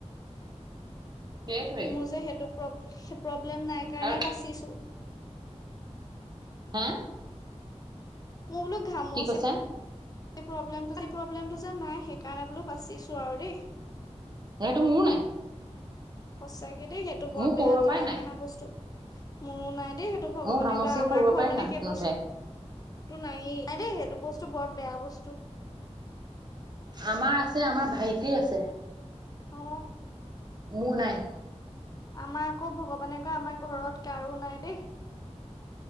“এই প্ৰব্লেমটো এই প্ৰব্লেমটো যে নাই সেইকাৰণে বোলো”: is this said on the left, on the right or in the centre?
Left